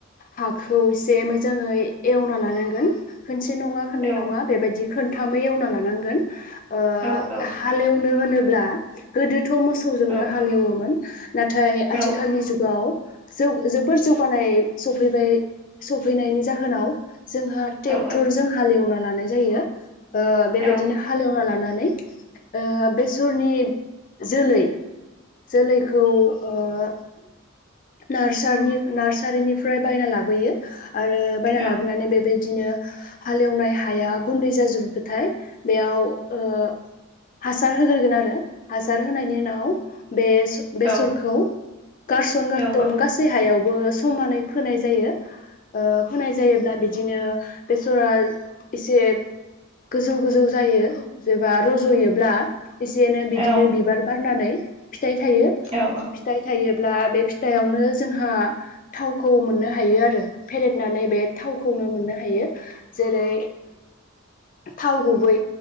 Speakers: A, on the left; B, on the right.
A: हाखौ एसे मोजाङै एवना लानांगोन मोनसे नङा खननै
B: औ
A: नङा बेबायदि खोनथामै एवना लानांगोन ओ
B: औ औ
A: हालेवनो होनो ब्ला थ' मोसौजोंनो
B: औ
A: हालेवोमोन नाथाय आथिखालनि
B: औ
A: जुगाव जौ जोबोर जौगानाय सफैबाय सफैनायनि जाहोनाव जोंहा ट्रेक्टर
B: औ
A: जों हालेवना ला नाय जायो ओ बेबायदिनो
B: औ
A: हालेवना लाना नै ओ बेसरनि जोलै जोलैखौ ओ नारसनि नार्सारिनिफ्राय बायना लाबोयो आरो बायना
B: औ
A: लाबोनानै बेबायदि बिदिनो हालेवनाय हाया गुन्दै जाजोबोबाथाय बेयाव ओ हासार होग्रोगोन आरो हासार होनायनि उनाव बे बेसरखौ
B: औ
A: गारसन
B: औ
A: गारसन
B: औ
A: गासै हायाव ओ समानै फोनाय जायो ओ फोनाय जायोब्ला बिदि बिदिनो बेसरा एसे गोजौ गोजौ जायो जेबा र जयोब्ला एसे एनै बिदिनो
B: औ
A: बिबार बारनानै <inaudible> फिथाइ थायो
B: औ
A: फिथाइ थायोब्ला बे दायावनो जोंहा थावखौ मोननो हायो आरो भेरेट नानै बे थावखौनो मोननो हायो जेरै थाव गुबै